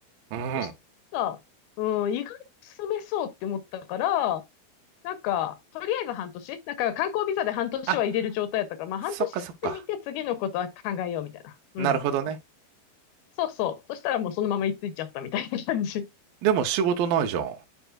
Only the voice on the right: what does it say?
うん。
あ、
そっかそっか。
なるほどね。
でも仕事ないじゃん。